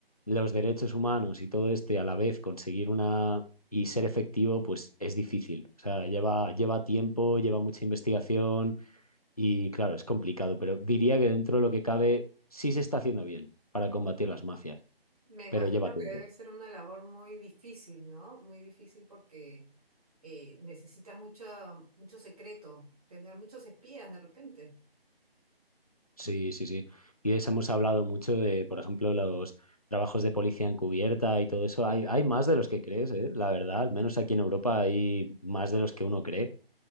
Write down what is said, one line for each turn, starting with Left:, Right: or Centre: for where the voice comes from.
Left: los derechos humanos y todo este a la vez, conseguir una y ser efectivo, pues es difícil. O sea, lleva, lleva tiempo, lleva mucha investigación y claro, es complicado, pero diría que dentro de lo que cabe sí se está haciendo bien para
Right: Mm.
Left: combatir las mafias,
Right: Me imagino
Left: pero lleva tiempo.
Right: que debe ser una labor muy difícil, ¿no? Muy difícil porque eh, necesitas mucho, mucho secreto, tener muchos espías de repente.
Left: Sí, sí, sí. Y de eso hemos hablado mucho de, por ejemplo, los trabajos de policía encubierta y todo eso. Hay, hay más de los que crees, ¿eh? La verdad, al menos aquí en Europa hay más de los que uno cree.